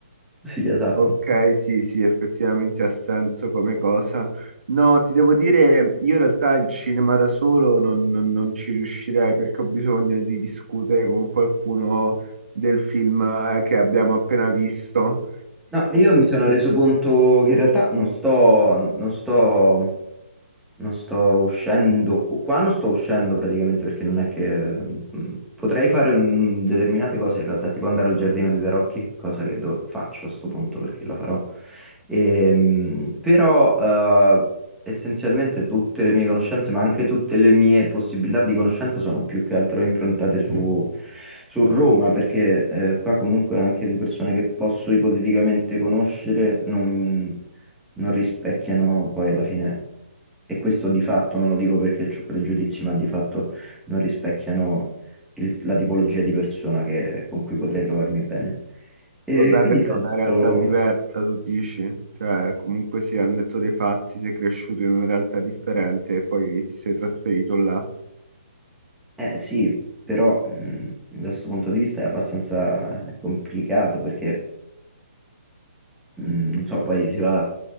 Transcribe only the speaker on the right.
Ok, sì, sì, effettivamente ha senso come cosa. No, ti devo dire, io in realtà il cinema da solo non, non- non ci riuscirei perché ho bisogno di discutere con qualcuno del film eh, che abbiamo appena visto.
Vabbè,
perché
è una realtà diversa, tu dici? Cioè, comunque sì, hanno detto dei fatti, sei cresciuto in una realtà differente e poi ti sei trasferito là.